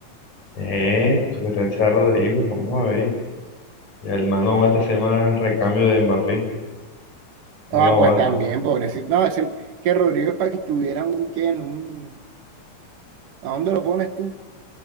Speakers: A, on the left; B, on the right.
A: Eh, supuestamente se va Rodrigo, vamos a ver. Ya el man no aguanta hacer más recambio de Mbappé, no
B: Ah,
A: lo aguanta.
B: pues también, pobrecito. No, ese- que Rodrigo es para que estuviera un qué, en un... ¿A dónde lo pones tú?